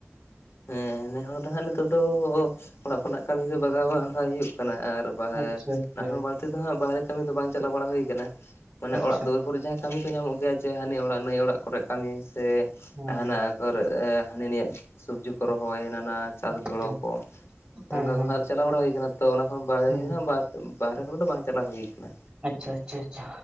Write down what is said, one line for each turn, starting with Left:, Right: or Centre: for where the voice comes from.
Left: ᱦᱮᱸ ᱱᱮ ᱦᱚᱲ ᱫᱚ ᱦᱟᱸᱜ ᱱᱤᱛᱚᱜ ᱫᱚ ᱚᱲᱟᱜ ᱠᱷᱚᱱᱟᱜ ᱠᱟᱹᱢᱤ ᱜᱮ ᱵᱟᱜᱟᱣ ᱵᱟᱲᱟᱭ ᱦᱩᱭᱩᱜ ᱛᱟᱦᱞᱮ ᱟᱨ ᱵᱟᱦᱮᱨ
Right: ᱟᱪᱪᱷᱟ ᱟᱪᱪᱷᱟ
Left: ᱚᱱᱟᱠᱷᱚᱱ ᱵᱟᱹᱲᱛᱤ ᱫᱚ ᱦᱟᱸᱜ ᱵᱟᱦᱨᱮ ᱠᱟᱹᱢᱤ ᱫᱚ ᱵᱟᱝ ᱪᱟᱞᱟᱣ ᱵᱟᱲᱟ ᱦᱩᱭ ᱠᱟᱱᱟ᱾ ᱢᱟᱱᱮ
Right: ᱟᱪᱪᱷᱟ
Left: ᱚᱲᱟᱜ ᱫᱩᱣᱟᱹᱨ ᱠᱚᱨᱮ ᱡᱟᱦᱟᱸ ᱠᱟᱹᱢᱤ ᱠᱚ ᱧᱟᱢ ᱚᱱᱛᱮ ᱪᱮ ᱦᱟᱱᱤ ᱚᱲᱟᱜ ᱱᱟᱹᱭ ᱚᱲᱟᱜ ᱠᱚᱨᱮ ᱠᱟᱹᱢᱤ ᱥᱮ
Right: ᱦᱮᱸ
Left: ᱦᱟᱱᱟ ᱠᱚᱨᱮ ᱦᱟᱹᱱᱤ ᱱᱟᱹᱭᱟᱜ ᱥᱚᱵᱡᱤ ᱯᱚᱨᱚᱯ ᱠᱚ ᱨᱚᱦᱚᱭ ᱦᱟᱱᱟ ᱱᱟ ᱪᱟᱥ ᱜᱚᱲᱚ
Right: ᱟᱪᱪᱷᱟ
Left: ᱠᱚ
Right: ᱦᱮᱸ
Left: ᱚᱱᱠᱟ
Right: ᱦᱮᱸ
Left: ᱠᱚ ᱟᱨ ᱪᱟᱞᱟᱣ ᱵᱟᱲᱟ ᱦᱩᱭ ᱟᱠᱟᱱᱟ ᱛᱚ ᱚᱱᱟ ᱠᱷᱚᱱ ᱵᱟᱦᱨᱮ
Right: ᱦᱮᱸ
Left: ᱜᱮ ᱦᱟᱜ ᱵᱟᱨ ᱵᱟᱨᱦᱚᱨ ᱫᱚ ᱵᱟᱝ ᱪᱟᱞᱟᱣ ᱦᱩᱭ ᱟᱠᱟᱱᱟ᱾
Right: ᱟᱪᱪᱷᱟ ᱟᱪᱪᱷᱟ ᱟᱪᱪᱷᱟ